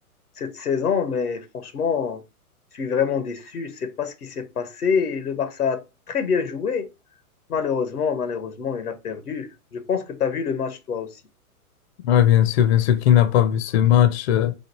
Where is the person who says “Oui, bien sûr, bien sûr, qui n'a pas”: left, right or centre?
Left